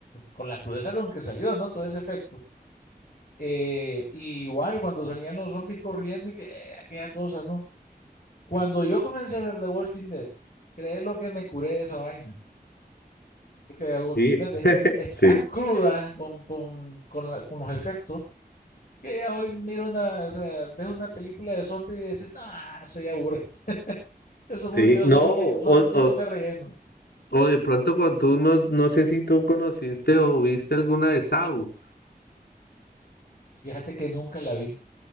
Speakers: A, on the left (about 55°); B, on the left (about 75°).
A: con la crudeza con que salió, ¿no? Todo ese efecto. Eh, y igual cuando salían los zombies corriendo y que, eh, aquella cosa, ¿no? Cuando yo comencé a ver The Walking Dead, creé lo que me curé de esa vaina. Porque The Walking
B: Sí,
A: Dead es, com- es
B: sí,
A: tan cruda con, con, con, la- con los efectos que ya hoy miro una, o sea, ves una película de zombies y dices, no, soy aburrido. Esos, mu-
B: sí.
A: yo-
B: No,
A: esos muñecos
B: o,
A: son muñecos de relleno.
B: O de pronto con tú, no, no sé si tú conociste o viste alguna de Saw.
A: Fíjate que nunca la vi.